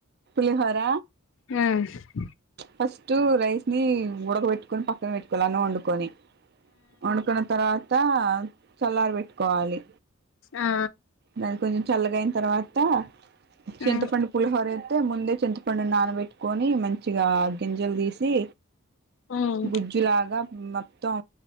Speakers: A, on the right; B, on the left.
A: పులిహోర
B: మ్
A: ఫస్ట్ రైస్ ని ఉడకబెట్టుకొని పక్కన పెట్టుకోవాలి అన్నం వండుకొని వండుకున్న తర్వాత చల్లార పెట్టుకోవాలి
B: ఆ
A: దాని కొంచం చల్లగాయిన తర్వాత చింతపండు
B: మ్మ్
A: పులిహోర తే ముందే చింతపండు నాన పెట్టుకొని మం చిగా గింజలు తీసి
B: మ్మ్
A: గుజ్జులాగా మ మొత్తం